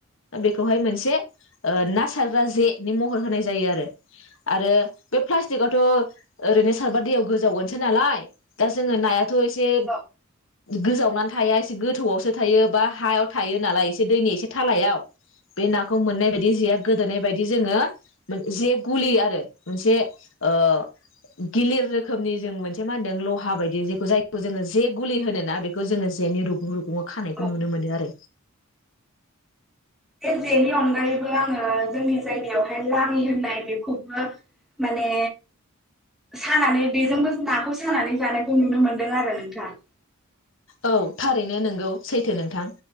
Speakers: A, on the left; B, in the centre.
A: बेखौहाय मोनसे ओ ना सारग्रा जेनि महर होनाय जायो आरो बेथ' ओैनो सारबा दैयाव गोजावगोनसै नालाय दा जों नाया खौ एसे
B: औ
A: गोजावनानै थाया एसे गो थौ आवसो थायो बा हायाव थायो नालाय एसे दैनि एसे थालायाव बे नाखौ मोननाय बायदि जेआ गोदोनाय बायदि जोङो जे गुलि आरो मोनसे ओ गिलिर रोखोमनि जों मोनसे मा होनदों लहा बायदि जेखौ जायखौ जोङो जे गुलि होन ना बेखौ जोङो जेनि रुबुं रु बुङाव खानायखौ
B: औ
A: नुनो मोनो आरो।
B: जेनि अनगायैबो आङो जोंनि जायगायावहाय लाङि होननाय बेखौबो माने सानानै बेजोंबो नाखौ सानानै जानायखौ नुनो मोनदों आरो नोंथाङा।
A: औ थारैनो नंगौ सैथो नोंथां